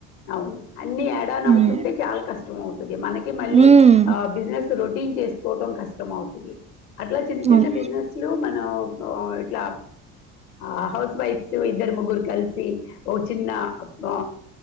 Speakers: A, on the left; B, on the right.
A: అవును అన్ని యాడా ఆన్
B: ఉమ్
A: అవుతుంటే చాలా కష్టం అవుతుంది మనకి మళ్ళీ
B: ఉమ్,
A: ఆ ప్లస్ రొటిన్ చేసుకోవడం కష్టం అవ్తది అట్లా చిన్న చిన్న
B: అవును
A: బిసినెస్లు మనక్ <unintelligible> ఇట్లా ఆ హౌస్ వైఫ్స్ ఇద్దరు ముగ్గురు కలిసి ఓ చిన్న ఆ